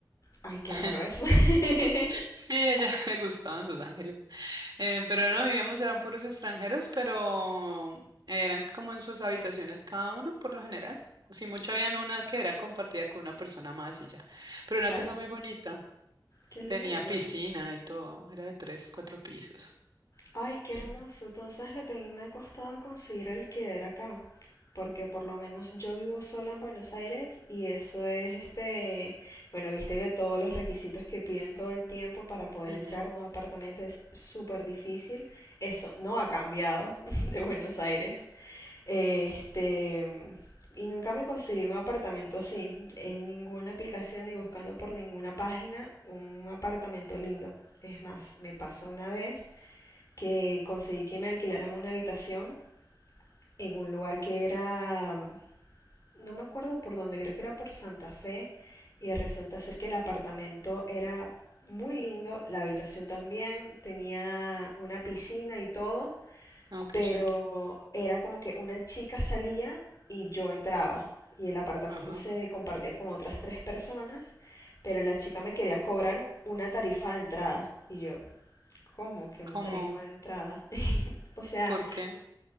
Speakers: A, on the left; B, on the right.
A: Ay, qué
B: <laughs>
A: raro eso. <laughs>
B: Sí, a ella <laughs> le gustaban sus ángeles. Eh, pero no vivíamos, eran puros extranjeros, pero eran como en sus habitaciones cada uno por lo general. O si mucho habían una que era compartida con una persona más y ya. Pero
A: Claro,
B: una casa muy bonita,
A: qué lindo.
B: tenía piscina y todo, era de tres, cuatro pisos.
A: Ay, qué
B: Sí.
A: hermoso. Entonces, lo que a mí me ha costado conseguir alquiler acá, porque por lo menos yo vivo sola en Buenos Aires y eso es este, bueno, viste que todos los requisitos que piden todo el tiempo para poder
B: Ujú.
A: entrar a un apartamento es súper difícil. Eso no ha cambiado <laughs> de Buenos Aires. Este, y nunca me conseguí un apartamento así, en ninguna aplicación ni buscando por ninguna página un apartamento lindo. Es más, me pasó una vez que conseguí que me alquilaran una habitación en un lugar que era, no me acuerdo por dónde, creo que era por Santa Fe, y resulta ser que el apartamento era muy lindo, la habitación también, tenía una piscina y todo,
B: No, qué
A: pero
B: chévere.
A: era como que una chica salía y yo entraba y el apartamento
B: Ajá.
A: se compartía con otras tres personas, pero la chica me quería cobrar una tarifa de entrada y yo, ¿cómo que
B: ¿Cómo?
A: una tarifa de entrada? <laughs> O sea,
B: ¿Por qué?